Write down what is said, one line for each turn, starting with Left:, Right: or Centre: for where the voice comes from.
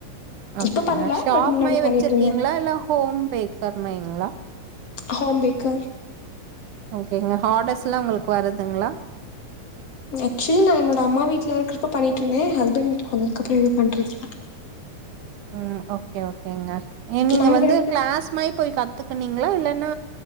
Right: ஓகேங்க
Left: இப்ப பண்ல
Right: ஷாப்
Left: பட் முன்னாடி
Right: மை
Left: பண்ணிட்ருந்தே
Right: வச்சிருக்கீங்ளா இல்ல ஹோம் பேகர்மைங்ளா
Left: ஹோம் பேக்கர்
Right: ஓகேங்க ஆடர்ஸ்லா உங்களுக்கு வருதுங்ளா
Left: அக்ச்சுலி‌ நா என்னோட அம்மா வீட்ல இருக்கிறப்ப பண்ணிட்ருந்தே ஹஸ் பண்ட் வீட்டுக்கு வந்ததுக்கப்றோ
Right: ம்,
Left: என்ன பண்றது <inaudible>
Right: ம் ஓகே ஓகேங்க நீங்க
Left: நாங்க
Right: வந்து
Left: ரெண்டு
Right: க்ளாஸ் மை போய் கத் துக்குனீங்களா இல்லென்னா